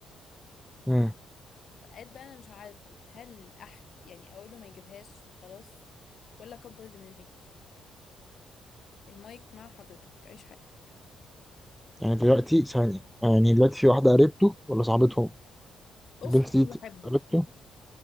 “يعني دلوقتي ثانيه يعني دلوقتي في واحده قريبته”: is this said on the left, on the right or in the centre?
Centre